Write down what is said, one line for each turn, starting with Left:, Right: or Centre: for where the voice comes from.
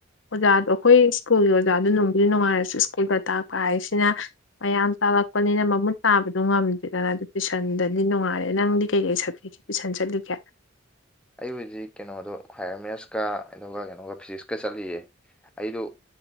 Left: ꯑꯣꯖꯥꯗ ꯑꯩꯈꯣꯏ ꯁ꯭ꯀꯨꯜꯒꯤ ꯑꯣꯖꯥꯗꯣ ꯅꯨꯡꯕꯨꯗꯤ ꯅꯨꯡꯉꯥꯏꯔꯁꯨ ꯁ꯭ꯀꯨꯜꯗ ꯇꯥꯛꯄ ꯍꯥꯏꯁꯤꯅ ꯃꯌꯥꯝ ꯇꯥꯛꯂꯛꯄꯅꯤꯅ ꯃꯃꯨꯠ ꯇꯥꯕꯗꯣ ꯉꯝꯗꯦꯗꯅ ꯑꯗꯨ ꯇꯨꯏꯁꯟꯗꯗꯤ ꯅꯨꯡꯉꯥꯏꯔꯦ ꯅꯪꯗꯤ ꯀꯩꯀꯩ ꯁꯞꯖꯦꯛ ꯇꯨꯏꯁꯟ ꯆꯠꯂꯤꯒꯦ
Centre: ꯑꯩ ꯍꯧꯖꯤꯛ ꯀꯩꯅꯣꯗꯣ ꯍꯥꯏꯌꯔ ꯃꯦꯠꯁꯀ ꯑꯗꯨꯒ ꯀꯩꯅꯣꯒ ꯐꯤꯖꯤꯛꯁꯀ ꯆꯠꯂꯤꯌꯦ ꯑꯩꯗꯨ